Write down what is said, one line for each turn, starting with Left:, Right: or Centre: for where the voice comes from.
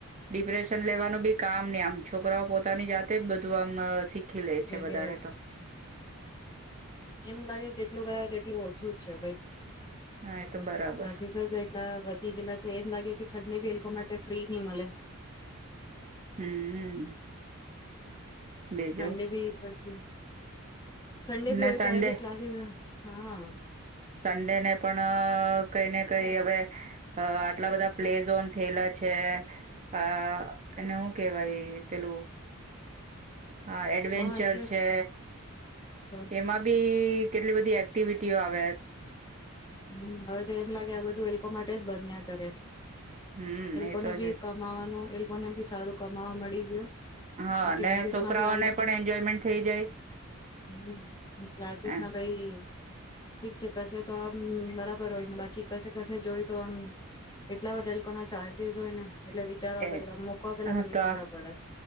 Right: ડિપ્રેશન લેવાનું બી કામ ની છોકરાઓ પોતાની જાતે જ બધું આમ સી ખી લે છે વધારે
Left: કે
Right: તો
Left: એમ લાગે જેટલું કરાવે તેટલું ઓછું જ છે ભાઈ
Right: હા એ તો
Left: <unintelligible>
Right: બરાબર
Left: એટલા વધી ગેલા છે એમ લાગે કે સગલી બી એ લોકો માટે ફ્રીની મલે
Right: હમ
Left: <inaudible>
Right: બીજું
Left: સંડે ભી પછી સંન્ડે ભી
Right: ને
Left: હોય
Right: સન્ડે
Left: ત્યારે બી ક્લાસીસ હા
Right: સન્ડે ને પણ કઈ ને કઈ હવે આટલા બધા પ્લેઝ ઓન થયેલા છે આ એને શું કેવાય પેલું હ એડવેન્ચર
Left: હા કે
Right: છે
Left: તો
Right: એમાં બી કે કેટલી બધી એક્ટિવિટીઓ આવે
Left: હમ હવે તો એમ લાગે આ બધું એ લોકો માટે જ બન્યા કરે
Right: હમ
Left: એ લોકોને
Right: તો
Left: બી
Right: છે
Left: કમાવાનું એ લોકોને બી સારું કમાવા મળી ગયુ
Right: હા
Left: ને
Right: અને
Left: ક્લાસીસમાં
Right: છોકરાઓને
Left: બી આ લોકો
Right: પણ એન્જોયમેન્ટ થઈ જાય
Left: હમ ક્લાસીસમાં
Right: એમ
Left: ભાઈ ઠીક છે કશે તો હમમ બરાબ ર હોય ને બાકી કશે કશે જોઈ તો આમ એટલા બધા લોકોના ચાર્જસ હોય ને એટલે વિચારવા
Right: એ
Left: પેલા મૂકવા પેલા
Right: હા
Left: બી
Right: તો
Left: વિચારવા પડે